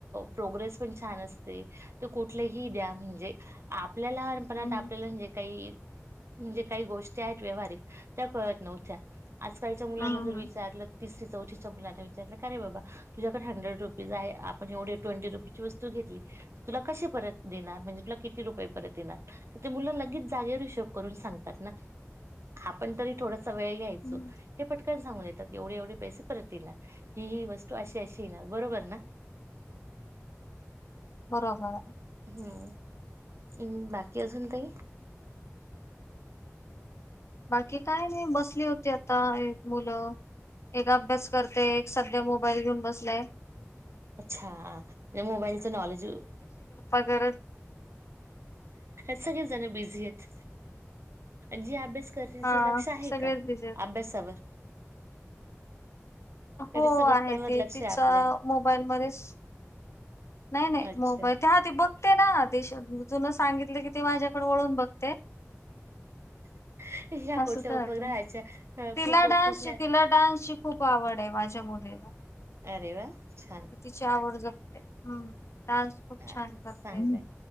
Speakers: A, on the right; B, on the left.
A: प्रोग्रेस पण छान असते. तर कुठल्याही द्या म्हणजे आप आपल्या लानपणात
B: हम्म
A: आपल्याला जे काही म्हणजे काही गोष्टी आहेत व्यावहारिक त्या कळत नव्हत्या. आजकालच्या मुलांना
B: हम्म
A: जर विचारलं तिसरी चौथीच्या मुलांना का रे बाबा तुझ्याकडे हंड्रेड रुपीज आहे. आपण एवढे ट्वेंटी रुपीची वस्तू घेतली. तर तुला कशे परत देणार म्हणजे तुला किती रुपए परत देणार. म्हणजे मूल लागेच जागेवर हिशोब करून सांगतात ना. आपण तरी थोडासा वेळ घ्यायचो.
B: हम्म
A: हे पटकन सांगून येतात. एवढे एवढे पैसे परत येणार. ही ही वस्तू अशी अशी आहे ना बरोबर ना.
B: बरोबर आहे.
A: हम्म बाकी अजून काही
B: बाकी काय नाही बसली होती आता. एक मुलं एक अभ्यास करते. एक सध्या मोबाईल घेऊन बसलाय.
A: अच्छा मोबाईलच नॉलेज
B: गरज
A: सगळेच बिझी आहेत. जी अभ्यास करण्याच
B: हा
A: लक्ष आहे
B: सगळेच
A: का?
B: बिझी आहेत.
A: अभ्यासावर.
B: हो
A: का नुसतं
B: आहे.
A: गप्पांवर
B: ते
A: लक्ष
B: तिचा
A: आहे आपल्या?
B: मोबाईल मध्येच नाही नाही
A: अच्छा
B: मोबाईल त्या आधी बघ तेना देश जुन सांगितलं की ती माझ्याकडे वळून बघते.
A: <inaudible>
B: असं
A: कुठल्या
B: तर
A: उपग्रहाच्या
B: वाट तिला
A: खूप
B: डान्सची
A: कुठल्या
B: तिला डान्सची खूप आवड आहे. माझ्या मुलीला. <unintelligible>
A: अरे वा छान.
B: तिची आवड हम्म डान्स खूप
A: अ,
B: छान करते.
A: चांगलंय